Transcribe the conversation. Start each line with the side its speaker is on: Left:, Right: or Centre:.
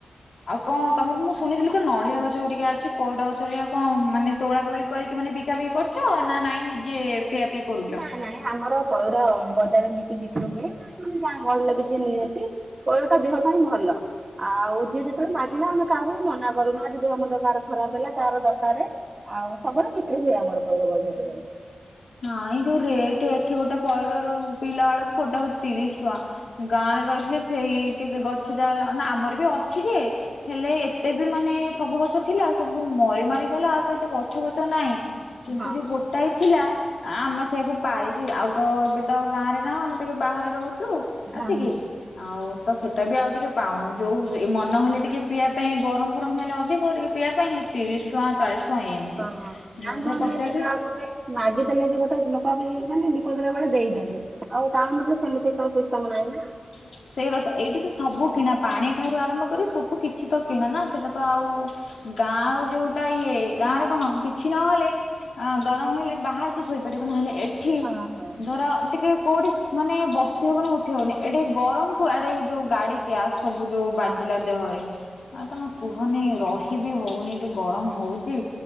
Left: ଆଉ କଣ ତମର ମୁଁ ଶୁଣିଥିଲି କଣ ନଡିଆ ଗଛ କରିକା ଅଛି ପଇଡ ଗଛରିକା କଣ ମାନେ ତୋଳା ତୋଳି କରିକି ମାନେ ବିକାାବିକି କରୁଛ ନା ନାଇଁ ନିଜେ ପିଆ ପିଇ କରୁଛ?
Right: ନା ନାଇଁ ଆମର ପଇଡ ବଜାର ନେଇକି ବିକିରି ହୁଏ ମାନେ ଗାଁ ଗହଳି ରେ। କିଛି ନିଅନ୍ତି ପଇଡ ଟା ଦେହ। ପଇଁ ଭଲ ଆଉ ଯିଏ ଯେତେବେଳେ ମାଗିଲା ଆମେ କାହାକୁ ବି ମନା କରୁନା ଆଜିି ଦେହ ମଣ୍ଡ କାର ଖରାପ ହେଲା କାର। ଦକାରେ ଆଉ ସବୁବେଳେ ବିକିରୀ ହୁଏ ଆମର ପଇଡ ବଜାରରେ ଯାଇକି।
Left: ନାଇଁ ଯୋଉ ରେଟ ଏଠି ଗୋଟେ ପଇଡ ପିଇଲା ବେଳକୁ ଗୋଟା ହଉଛି ତିରିଶ ଟଙ୍କା ଗାଁ ରେ ରହି। ସେଇ କି ଗଛ ଯାର ଆମର ବି ଅଛି ଯେ ହେଲେ ଏତେ ବି ମାନେ। ସବୁ ଗଛ ଥିଲା ସବୁ ମରି ମାରି ଗଲା ଆଉ ତ ଏତେ ଗଛ ବଛ ନାହିଁ କିନ୍ତୁ
Right: ହଁ।
Left: ଯୋଉ ଗୋଟାଏ ଥିଲା। ଆମେ ସେଇଆକୁ ପାରିକି ଆଉ ତ ଏବେ ତ ଗାଁ ରେ ନାଁହୁ ଆମେ ତେବେ ବାହାରେ ରହୁଛୁ। ଛୁ
Right: ହଁ
Left: ଆସିକି
Right: ହଁ।
Left: ଆଉ। ତ ସେଟା ବି ଆଉ ଟିକେ ପାଉନୁ ଯୋଉ ଏ ମନ ହେଲେ ଟିକେ ପିଇବା ପାଇଁ ଗରମ ଫରମ ହେଲେ ଅଧିକ ଆଉ ଟିକେ ପିଇବା ପାଇଁ। ତିରିଶ ଟଙ୍କା ଚାଳିଶ। ଟଙ୍କା ଏମିତି
Right: ହଁ ହଁ ଗାଁ
Left: ମୁଁ
Right: ଗହଳି
Left: ସେୟା ପଚାରୁଛି
Right: ରେ ବି ଆଉଟେ ଥାଏ ମାଗିଦେଲେ ବି ଗୋ ଲୋକ ବି ମାନେ ବିପଦରେ ବେଳେ ଦେଇଦେବେ ଆଉ ଟାଉନରେ ସେମିତି ତ ସିଷ୍ଟମ ନାହିଁ ନା।
Left: ହଁ ସେଇରା ଏଇଠି ତ ସବୁ କିଣା ପାଣି ଠାରୁ ଆରମ୍ଭ କରି ସବୁ କିଛି ତ କିଣା ନା ସେଇଟା ତ ଆଉ। ଗାଁ ର ଯୋଉଟା ଇଏ। ଗାଁ ରେ କଣ କିଛି ନହେଲେ ଗରମ ହେଲେ ବାହାରେ ତ ଶୋଇପାରିବ ନହେଲେ ଏ ଏଠି
Right: ହଁ ହଁ।
Left: ଧର ଟିକେ କୋଉଠି ମାନେ ବସି ହବନ ଉଠି ହବନି। ଏଠେ ଗରମ କୁ ଆଡେ ଯୋଉ ଗାଡି ଗ୍ୟାସ ସବୁ ଯୋଉ ବାଜିଲା
Right: ହଁ
Left: ଦେହରେ। ଆଁ ତମେ କୁହନି ରହିିବି ହଉନି ଏ ଯୋଉ ଗରମ ହଉଚି